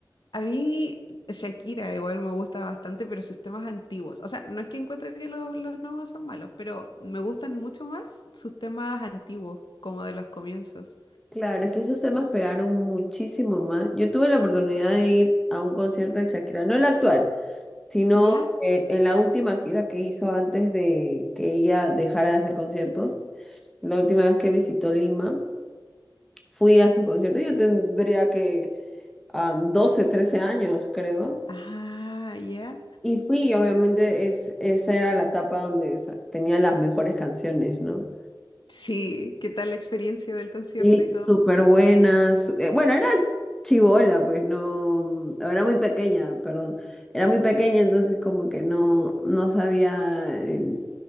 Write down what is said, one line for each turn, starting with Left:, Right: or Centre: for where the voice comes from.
Left: A mí Shakira igual me gusta bastante, pero sus temas antiguos. O sea, no es que encuentre que los, los nuevos son malos, pero me gustan mucho más sus temas antiguos, como de los comienzos.
Centre: Claro, es que esos temas pegaron muchísimo más. Yo tuve la oportunidad de ir a un concierto de Shakira, no el actual, sino
Left: ¿Ya?
Centre: eh, en la última gira que hizo antes de que ella dejara de hacer conciertos. La última vez que visitó Lima, fui a su concierto. Yo tendría que ah, 12, 13 años, creo.
Left: Ah, ya.
Centre: Y fui, obviamente, es, esa era la etapa donde sa- tenía las mejores canciones, ¿no?
Left: Sí, ¿qué tal la experiencia del concierto
Centre: Y
Left: y todo?
Centre: súper buenas. eh, Bueno, era chibola, pues no, era muy pequeña, perdón. Era muy pequeña, entonces como que no, no sabía eh,